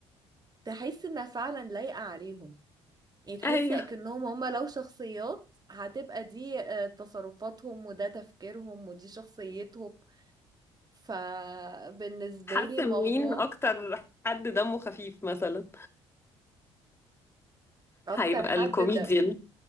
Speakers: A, on the right; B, on the left.
A: تحس انها فعلا لايقه عليهم يعني تحسي
B: ايوه
A: اكنهم هما لو شخصيات هتبقى دي آه، تصرفاتهم وده تفكيرهم ودي شخصيتهم فبالنسبة
B: حاسه
A: لي الموضوع
B: مين اكتر حد دمه خفيف مثلا
A: اكتر
B: هيبقى
A: حد
B: الكوميديان
A: ده